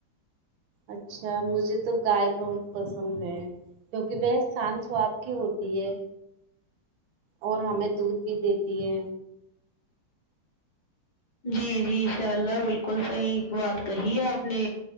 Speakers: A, on the right (about 75°); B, on the left (about 55°).
A: اچھا مجھے تو گائے بہت پسند ہے کیوںکہ وہ شان سو آپ کی ہوتی ہے اور ہمیں دودھ بھی دیتی ہے
B: جی جی ان شاء اللہ بالکل صحیح بات کہی ہے آپ نے